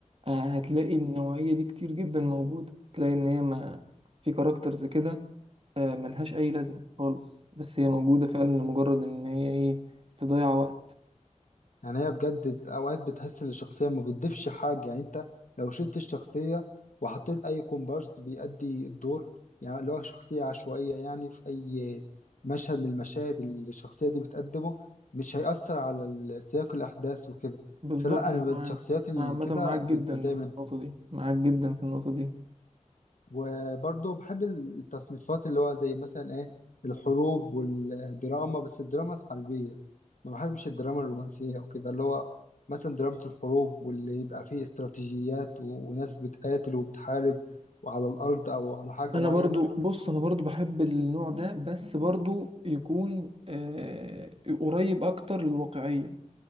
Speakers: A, on the right; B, on the left.
A: آه، هتلاقي النوعيه دي كتير جدا موجوده تلاقي ان هي ما في كاركترز كده آه، ملهاش اي لازمه خالص بس هي موجوده فعلا لمجرد ان هي ايه تضيع وقت
B: يعني هي بجد اوقات بتحس ان الشخصيه ما بتضيفش حاجه يعني انت لو شلت الشخصيه وحطيت اي كومبارس بيأدي الدور يعني اللي هو شخصيه عشوائيه يعني في اي مشهد من المشاهد اللي الشخصيه دي بتقدمه مش هيأثر على ال- سياق الاحداث وكده
A: بالظبط
B: فلا انا
A: معاك
B: الشخصيات اللي
A: انا عامه
B: كده
A: معاك
B: بتضايق
A: جدا
B: منها
A: في النقطه دي معاك جدا في النقطه دي
B: وبرضه بحب التصنيفات اللي هو زي مثلا ايه الحروب والدراما بس الدراما الحربية ما بحبش الدراما الرومانسية وكده اللي هو مثلا دراما الحروب واللي يبقى فيه استراتيجيات و... وناس بتقاتل وبتحارب وعلى الأرض أو على حاجة
A: انا
B: معينة
A: برضو بص انا برضو بحب النوع ده بس برضو يكون آه قريب اكتر للواقعية